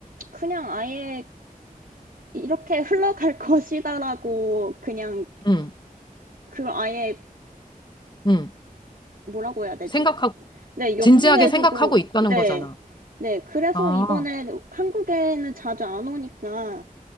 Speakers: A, on the right; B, on the left.
A: 그냥 아예 이렇게 <laughs> 흘러갈 것이다라고 그냥
B: 응,
A: 그걸 아예
B: 응.
A: 뭐라고 해야 되지?
B: 생각하고,
A: 네, 염두에
B: 진지하게 생각하고
A: 두고,
B: 있다는
A: 네,
B: 거잖아.
A: 네. 그래서
B: 아,
A: 이번에 한국에는 자주 안 오니까,